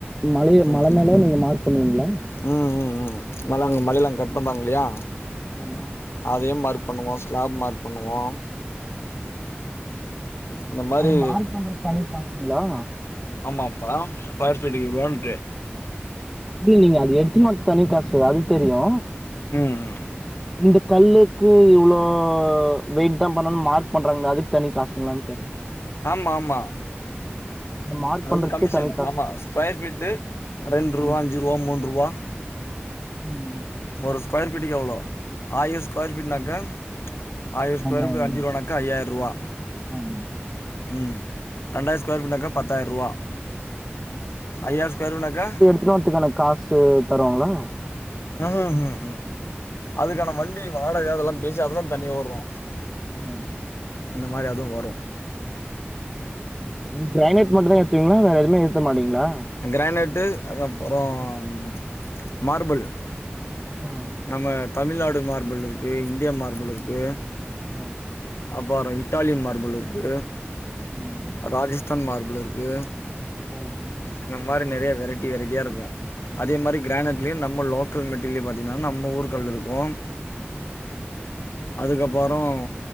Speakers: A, in the centre; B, on the left.
A: மலைய
B: ம்
A: மல மேல நீங்க மார்க் பண்ணுவீங்களா
B: ம் ம் ம் மேல அங்க மலைலா கட் பண்றாங்க இல்லையா
A: ஆமா
B: அதே மார்க் பண்ணுவோம் ஸ்லாப் மார்க் பண்ணுவோம் இந்த மாரி
A: அது மார்க் பண்றது தனிக் காசுங்ளா
B: ஆமா பாம் ஸ்கொயர் ஃபீட்டுக்கு இவ்ளோன்ட்டு
A: இல்ல நீங்க அது எடுத்துனு வரத் தனி காசு அது தெரியு
B: ம் ம்
A: இந்தக் கல்லுக்கு இவ்ளோ வெயிட்தா பண்ணுனு மார்க் பண்றாங்ள அதுக்கு தனி காசுங்ளான் கேட்டே
B: ஆம் மா மா
A: அந்த மார்க்
B: அது
A: பண்றதுக்கே
B: வந்து கமிஷன்
A: தனி காசு
B: ஆமா ஸ்கொயர் ஃபீட்டு ரெண்ருவா
A: ம்
B: அஞ்சுருவா மூன்ருவா
A: ம்
B: ஒரு ஸ்கொயர் ஃபீட்டுக்கு எவ்ளோ ஆயிர ஸ்கொயர் ஃபீட்னாக்கா ஆயிர ஸ்கொயர்
A: ரெண்டாயிரம்
B: ஃபீட்டு அஞ்சிருவானாக்கா
A: ரூபா.
B: ஐயாயிர்ருவா
A: ஆமா
B: ம் ரெண்டாயிர ஸ்கொயர் ஃபீட்னாக்கா பத்தாயிர்ருவா ஐயாயிர ஸ்கொயர் ஃபீட்னாக்கா
A: நோத்துக்கான காசு தருவங்ளா
B: ம் ம் ம் ம் அதுக்கான வண்டி வாடக அதலாம் பேசி அததா தன்னியா ஓடுதா
A: ஆ
B: இந்த மாரி அதுவு வரு
A: கிரைனேட் மட்டுந்தா ஏத்துவீங்ளா வேற எதுமே ஏத்த மாட்டீங்ளா
B: கிரைனேட்டு அது அப்பறோம் மார்பிள்
A: ம்
B: நம்ம தமிழ்நாடு மார்பிள் இருக்கு இன்ட்டியா மார்பிள் இருக்கு
A: ம்
B: அப்பாறோ இட்டாலியன் மார்பிள் இருக்கு
A: ம்
B: ராஜஸ்தான் மார்பிள் இருக்கு
A: ம்
B: அந்த மாரி நெறைய வெரைட்டி வெரைட்டியா இருக்கு அதே மாரி கிரானைட்லியு நம்ம லோக்கல் மெட்டீரிலியு பாத்திங்னாலு நம்ப ஊருக் கல்லுருக்கு
A: ம்
B: அதுக்கப்பாறோம்